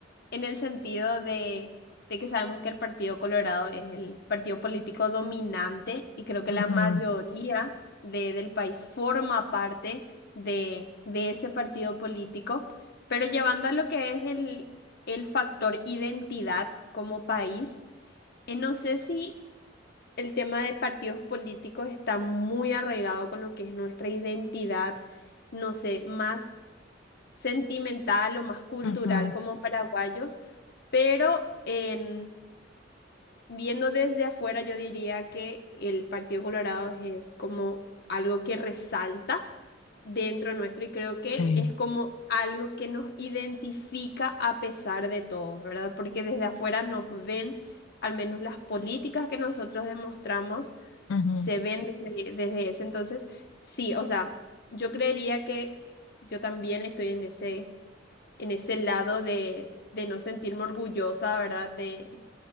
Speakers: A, on the left; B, on the left.
A: en el sentido de, de que sabemos que el Partido Colorado es el partido político dominante y creo que
B: Ujú,
A: la mayoría de- del país forma parte de, de ese partido político, pero llevando a lo que es el, el factor identidad como país, eh, no sé si el tema de partidos políticos está muy arraigado con lo que es nuestra identidad, no sé, más sentimental o más cultural
B: ujú,
A: como paraguayos, pero en, viendo desde afuera yo diría que el Partido Colorado es como algo que resalta dentro nuestro y creo que
B: sí.
A: es como algo que nos identifica a pesar de todo, ¿verdad? Porque desde afuera nos ven, al menos las políticas que nosotros demostramos,
B: ujú.
A: se ven desde, desde ese entonces, sí, o sea, yo creería que yo también estoy en ese en ese lado de, de no sentirme orgullosa, ¿verdad? De,